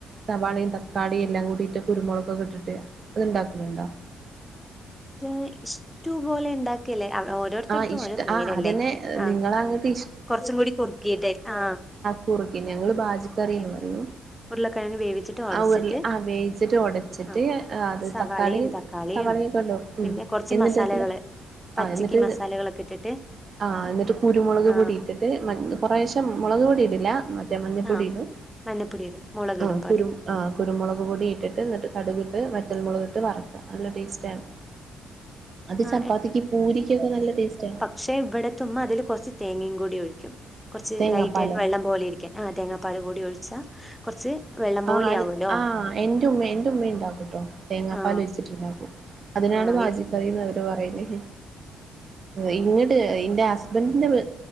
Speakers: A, on the right (about 45°); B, in the centre.
A: സവാളയും തക്കാളിയും എല്ലാം കൂടിട്ട് കുരുമുളകക്കെ ഇട്ടിട്ട് അത്ണ്ടാക്കുന്നുണ്ടോ
B: <unintelligible> ട്യൂപോലെ ഉണ്ടാക്കല്ലേ ഓരോരുത്തടുത്തും
A: ആഹ് ഇഷ്ട
B: ഓരോ പേരല്ലേ
A: ആഹ് അതന്നെ
B: ആ
A: നിങ്ങളങ്ങട്ട്
B: കുറച്ചും കൂടി കുറുക്കീയിട്ട് ആ
A: കുറക്കി ഞങ്ങള് പാജിക്കറി
B: കുറുക്കിയിട്ട്
A: എന്ന് പറയു
B: ഉരുളക്കിഴങ്ങ് വേവിച്ചിട്ട് ഉടച്ചിട്ട്
A: ആ ഉരുള ആ വേവിച്ചിട്ട് ഉടച്ചിട്ട്
B: ആ
A: അത്
B: സവാളയും
A: തക്കാളി
B: തക്കാളിയും
A: സവാളക്കിടും ആഹ്
B: പിന്നെ കുറച്ച്
A: എന്നിട്ടത്
B: മസാലകള് പച്ചക്ക്
A: ആഹ എന്നിട്ട്
B: മസാലകളൊക്കെ ഇട്ടിട്ട്
A: ആഹ എന്നിട്ട് കുരുമുളക്
B: ആ
A: പൊടിട്ട് ട്ടിട്ട് മ കുറേശം മുളക്പൊടി ഇടില്ല മ- മഞ്ഞപ്പൊടിടും
B: ആ മഞ്ഞപ്പൊടി ഇടും മുളകിടും
A: ആ
B: പകരം
A: കുരു ആ കുരുമുളക് പൊടി ഇട്ടിട്ട് എന്നിട്ട് കടുകിട്ട് വറ്റൽമുളക് ഇട്ട് വറക്കും നല്ല ടേസ്റ്റ് ആണ് അത്
B: ആ
A: ചപ്പാത്തിക്ക് പൂരിക്കൊക്കെ നല്ല ടേസ്റ്റണ്
B: പക്ഷേ ഇവിടത്തുമ്മ അതിൽ കുറച്ച് തേങ്ങയും കൂടി ഒഴി ക്കും കുറച്ച്
A: തേങ്ങാപ്പാലോ
B: ലൈറ്റ് ആയിട്ട് വെള്ളം പോലെ ഇരിക്കാൻ ആ തേങ്ങാപ്പാൽ കൂടി ഒഴിച്ചാ കുറച്ച് വെള്ളം പോലെ
A: ആഹ്
B: ആവുമല്ലോ
A: ആ എന്റെ ഉമ്മ എന്റെ ഉമ്മ ഉണ്ടാക്കൂട്ടോ തേങ്ങാപ്പാൽ
B: ആ
A: ഒഴിച്ചിട്ടുണ്ടാക്കൂ അതിനാണ്
B: ആ
A: ബാജിക്കറിയന്ന്
B: ഇ-
A: അവര് പറയില്ലേ ഇങ്ങട്ട് ഇന്റെ ഹസ്ബന്റി ന്റെ വീ